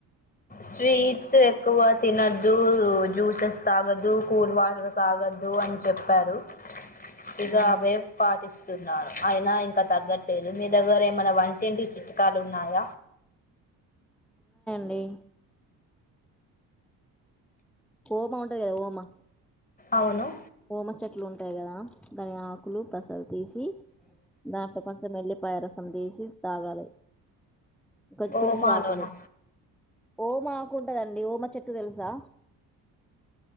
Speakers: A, on the left; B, in the centre.
A: స్వీట్స్ ఎక్కువ తినొద్దు జ్యూసెస్ తాగొద్దు కూల్డ్ వాటర్ తాగొద్దు అని చెప్పారు ఇగా
B: ఉమ్,
A: అవ్వే పాటిస్తున్నాను అయినా ఇంకా తగ్గట్లేదు మీ దగ్గర ఏ మన వంటింటి చిట్కాలు ఉన్నాయ
B: ఏ ఓమా ఉంటది గదా ఓమా
A: అవును
B: ఓమా చెట్లు ఉంటాయి గదా దాని ఆకులు తసలు తీసి సి దాంట్లో కొంచెం వెల్లిపాయ రసం తీసి తాగాలి ఇంకా తుల్సీ
A: ఓమాలోనా
B: ఆకులు ఓమా ఆకుంటదండి ఓమా చెట్టు తెలుసా